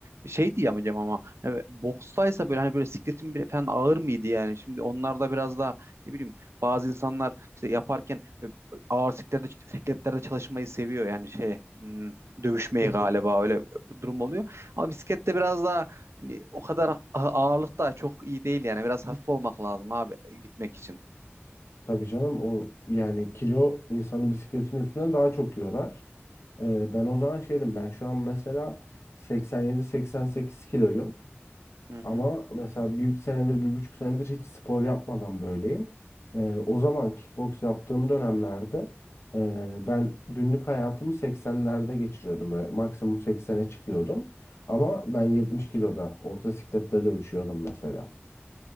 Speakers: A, on the right; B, on the left.
A: Şey diyeceğim hocam ama hani bokstaysa böyle hani böyle sikletin bile falan ağır mıydı yani? Şimdi onlar da biraz daha ne bileyim bazı insanlar işte yaparken e, ağır sikletlerde, sikletlerde çalışmayı seviyor yani şey hmm, dövüşmeyi
B: <laughs>
A: galiba öyle e, bu durum oluyor. Ama bisiklette biraz daha hani, o kadar a- ağırlık da çok iyi değil yani biraz hafif olmak lazım abi e, gitmek için.
B: Tabii canım o yani kilo insanın bisikletin üstünden daha çok yorar. Ee, ben o zaman şeydim ben şu an mesela 87-88 kiloyum.
A: Hı hı.
B: Ama mesela bir senedir bir buçuk senedir hiç spor yapmadan böyleyim. Ee, o zaman kickbox yaptığım dönemlerde e, ben günlük hayatımı 80'lerde geçiriyordum. Böyle maksimum 80'e çıkıyordum. Ama ben 70 kiloda orta siklette dövüşüyordum mesela.